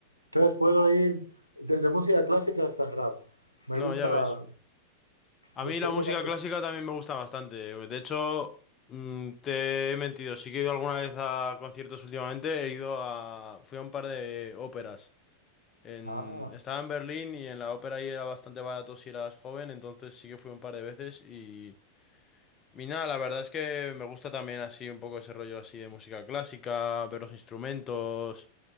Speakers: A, on the right; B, on the left.
A: Entonces puedo ir desde música clásica hasta rap. Me
B: No,
A: gusta,
B: ya ves. A
A: disfruto
B: mí la música
A: casi.
B: clásica también me gusta bastante. De hecho, mm, te he mentido. Sí que he ido alguna vez a conciertos últimamente. He ido a... Fui a un par de óperas. En...
A: Ah,
B: Estaba en Berlín y en la ópera ahí era bastante barato si eras joven. Entonces sí que fui un par de veces y... Y nada, la verdad es que me gusta también así un poco ese rollo así de música clásica, ver los instrumentos.